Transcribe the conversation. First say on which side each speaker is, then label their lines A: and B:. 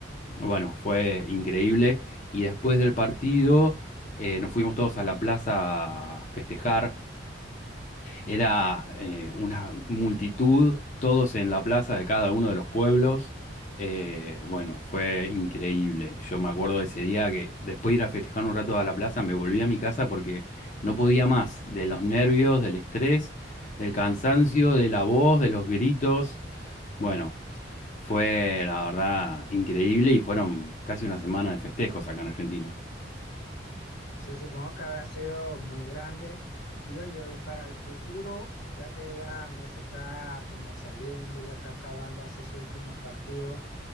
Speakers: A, on the left; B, on the left.
A: bueno, fue increíble, y después del partido eh, nos fuimos todos a la plaza a festejar, era eh, una multitud, todos en la plaza de cada uno de los pueblos. Eh, bueno, fue increíble. Yo me acuerdo de ese día que después de ir a festejar un rato a la plaza, me volví a mi casa porque no podía más de los nervios, del estrés, del cansancio, de la voz, de los gritos. Bueno, fue la verdad increíble y fueron casi una semana de festejos acá en Argentina.
B: Se supongo que habrá sido muy grande. Y oye, eh, para el futuro, ya que ya Messi está como saliendo, ya está acabando hace sus últimos partidos,